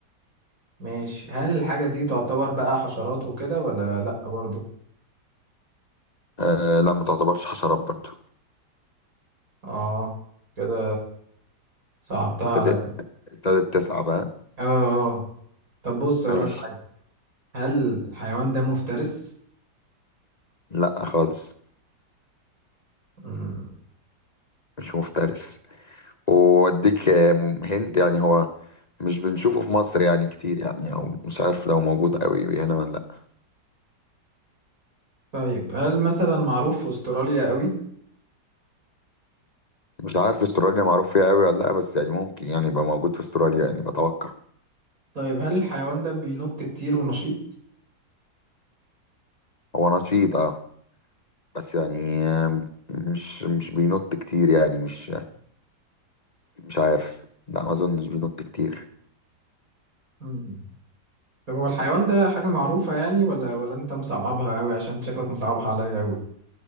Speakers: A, on the right; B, on the left.
A: ماشي هل الحاجة دي تعتبر بقى حشرات وكده ولا لأ برضو؟
B: آه، لا ما تعتبرش حشرات برضو
A: آه كده صعبتها عليا
B: ابتدت ابتدت تسعى بقى
A: آه آه طب بص أقول
B: ماشي
A: لك حاجة هل الحيوان ده مفترس؟
B: لأ خالص
A: مم.
B: مش مفترس وأديك آه، هنت يعني هو مش بنشوفه في مصر يعني كتير يعني أو مش عارف لو موجود قوي هنا ولا
A: طيب هل مثلا معروف في أستراليا قوي؟
B: مش عارف استراليا معروف فيها قوي ولا لا بس يعني ممكن يعني يبقى موجود في استراليا يعني بتوقع
A: طيب هل الحيوان ده بينط كتير ونشيط؟
B: هو نشيط اه بس يعني آم، مش مش بينط كتير يعني مش مش عارف لا ما اظنش بينط كتير
A: مم. طب هو الحيوان ده حاجة معروفة يعني ولا ولا انت مصعبها قوي عشان شكلك مصعبها عليا قوي